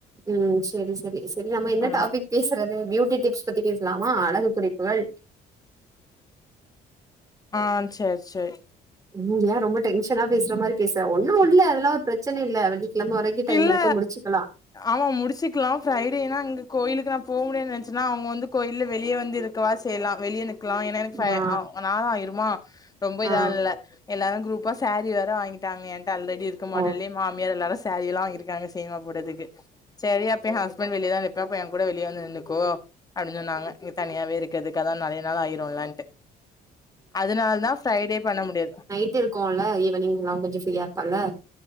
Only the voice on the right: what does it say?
ம் செரி செரி செரி நம்ம என்ன
டாபிக் பேசுறது பியூட்டி டிப்ஸ் பத்தி பேசலாமா அழகு குறிப்புகள்
ம் ஏன் ரொம்ப டென்ஷனா பேசுற மாதிரி பேசுறன் ஒன்னுயில்ல அதல்லா ஒரு பிரச்சன இல்ல வெளி கிளம்ப வரைக்கு டைம்
இருக்கு முடிச்சுக்கலா
ஆ
ஆ
ஓ
த்து இருக்கோல்ல ஈவினி் எல்லா கொஞ்சோ ஃப்ரீயா இருப்பல்ல